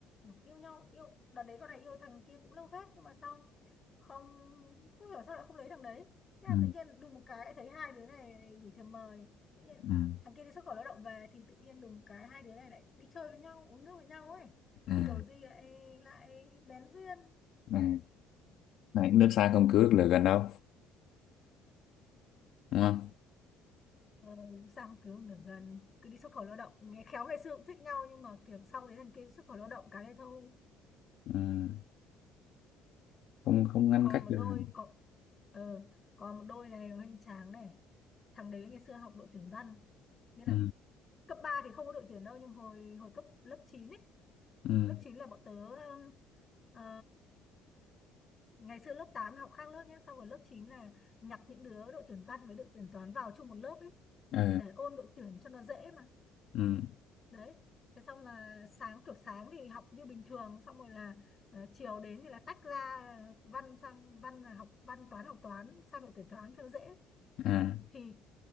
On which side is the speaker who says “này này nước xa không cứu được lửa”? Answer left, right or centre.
Left